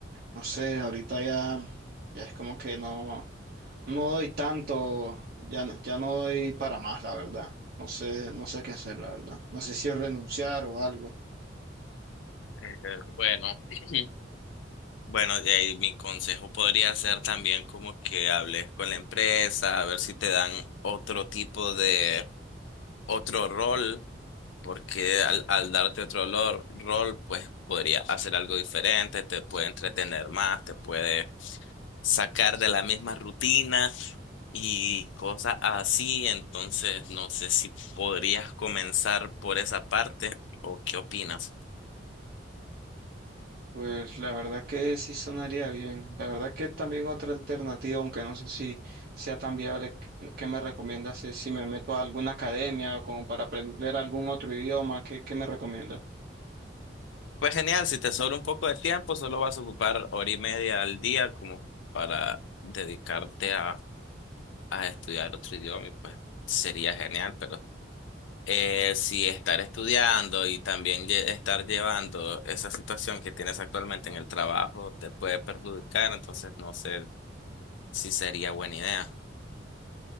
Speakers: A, on the right; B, on the left.
A: no sé, ahorita ya, ya es como que no, no doy tanto, ya, no- ya no doy para más, la verdad. No sé, no sé qué hacer, la verdad. No sé si renunciar o algo.
B: Eh, bueno. <clears throat> Bueno, de ahí mi consejo podría ser también como que hables con la empresa, a ver si te dan otro tipo de, otro rol, porque al, al darte otro lor- rol, pues podría hacer algo diferente, te puede entretener más, te puede sacar de la misma rutina y cosas así. Entonces, no sé si podrías comenzar por esa parte o qué opinas.
A: Pues la verdad que sí sonaría bien. La verdad que también otra alternativa, aunque no sé si sea tan viable, ¿qué qué me recomiendas? Si, si me meto a alguna academia o como para aprender algún otro idioma, ¿qué, qué me recomiendas?
B: Pues genial, si te sobra un poco de tiempo, solo vas a ocupar hora y media al día como para dedicarte a, a estudiar otro idioma y pues sería genial, pero eh, si estar estudiando y también lle- estar llevando esa situación que tienes actualmente en el trabajo te puede perjudicar, entonces no sé si sería buena idea.